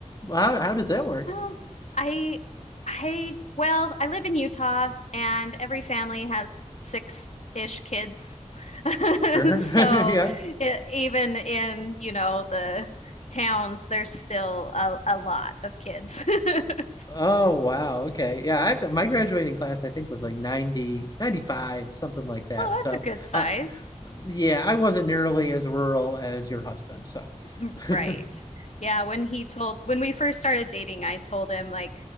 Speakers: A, on the left; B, on the left.
A: How how does that work?
B: Well, I I well, I live in Utah and every family has six-ish kids. <laughs>
A: Sure.
B: So
A: <laughs> Yeah.
B: it, even in, you know, the towns, there's still a, a lot of kids. <laughs>
A: Oh wow. Okay. Yeah, I have my graduating class I think was like 90 95, something like that.
B: Oh,
A: So,
B: that's a good size.
A: uh, yeah, I wasn't nearly as rural as your husband, so. <laughs>
B: M-
A: <laughs>
B: Right. Yeah, when he told when we first started dating, I told him like,